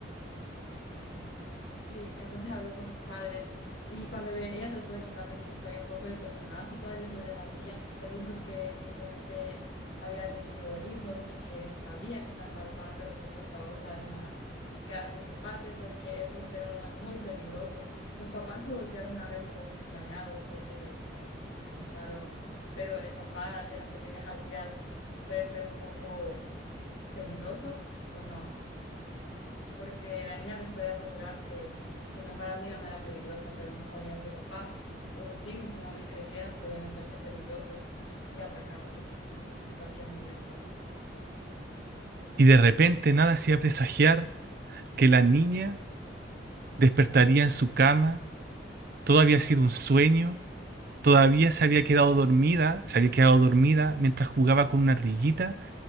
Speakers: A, on the left (about 85°); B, on the right (about 55°).
A: Sí, entonces habló con sus padres y cuando le- ella trató de contarles una historia un poco distorsionada a sus padres sobre la ardilla, le dijo que simplemente había tenido hijos y que no sabía que estaba embarazada, pero que por favor la dejara quedarse en su patio porque el bosque era un lugar muy peligroso. Los papás se voltearon a ver un poco extrañados porque pe- pensaron, pero el papá de las pequeñas ardillas puede ser un poco peligroso o no porque la niña les puede asegurar que su mejor amiga no era peligrosa, pero no sabía si el papá o los hijos una vez crecieran podían hacerse peligrosos y atacarlos en cualquier momento.
B: Y de repente nada hacía presagiar que la niña despertaría en su cama. Todo había sido un sueño. Todavía se había quedado dormida, se había quedado dormida mientras jugaba con una ardillita